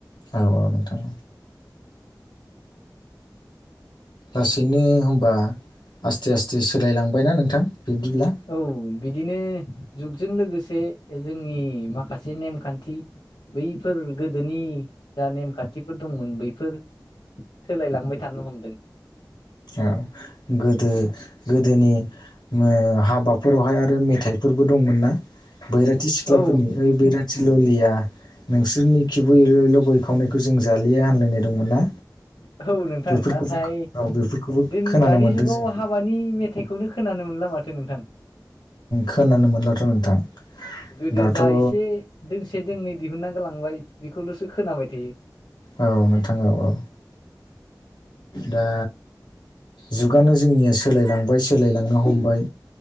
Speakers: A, on the left; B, on the left.
A: औ औ नोंथां लासैनो होमबा आस्थे आस्थे सोलायलांबायना नोंथां? बिब्दिब्ला
B: औ बिदिनो जुगजों लोगोसे जोंनि माखासे नेमखान्थि बैफोर गोदोनि जा नेमखान्थिफोर दंमोन बैफोर सोलायलांबाय थानो हमदों
A: औ गोदो गोदोनि ओ हाबाफोरावहाय आरो मेथाइफोर फोरबो दंमोन ना? बैराथि सिख्लाफोरनि
B: औ
A: ओइ बैराथि ललिया नोंसोरनि खिबु एल एल गय खावनायखौ जों जालिया हानलायनाय दंमोन ना
B: औ नोंथां
A: बेफोरखौबो
B: नाथाय
A: औ बेफोरखौबो
B: दिन
A: खोनानो
B: दानि
A: मोनदों
B: जुगाव
A: जोङो
B: हाबानि मेथाइखौनो खोनानो मोनला माथो नोंथां
A: खोनानो मोनलाथ' नोंथां
B: गोदो
A: दाथ'
B: जा
A: औ
B: एसे दोंसे दोंनै दिहुनना गोलांबाय बेखौल'सो खोनाबाय थायो
A: औ नोंथां औ औ दा जुगानो जोंनिया सोलायलांबाय सोलायलांनो हमबाय